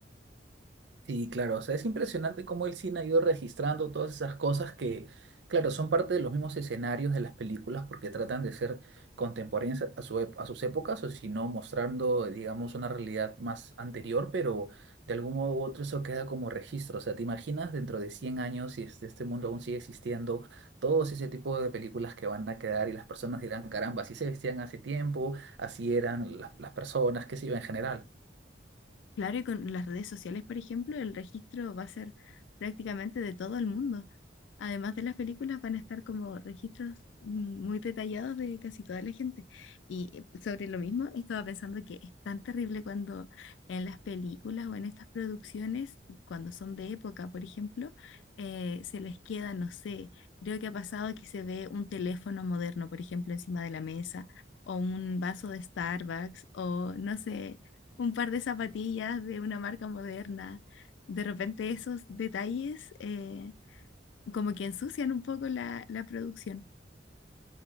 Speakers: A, on the right; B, on the left.
A: Sí, claro, o sea, es impresionante cómo el cine ha ido registrando todas esas cosas que, claro, son parte de los mismos escenarios de las películas porque tratan de ser contemporáneas a su, ep- a sus épocas o si no, mostrando, digamos, una realidad más anterior, pero de algún modo u otro eso queda como registro. O sea, ¿te imaginas dentro de 100 años si este, este mundo aún sigue existiendo, todos ese tipo de películas que van a quedar y las personas dirán, caramba, así se vestían hace tiempo, así eran las, las personas, qué sé yo, en general?
B: Claro, y con las redes sociales, por ejemplo, el registro va a ser prácticamente de todo el mundo. Además de las películas, van a estar como registros mm, muy detallados de casi toda la gente. Y eh, sobre lo mismo, estaba pensando que es tan terrible cuando en las películas o en estas producciones, cuando son de época, por ejemplo, eh, se les queda, no sé, creo que ha pasado que se ve un teléfono moderno, por ejemplo, encima de la mesa, o un vaso de Starbucks, o no sé un par de zapatillas de una marca moderna. De repente esos detalles eh, como que ensucian un poco la, la producción.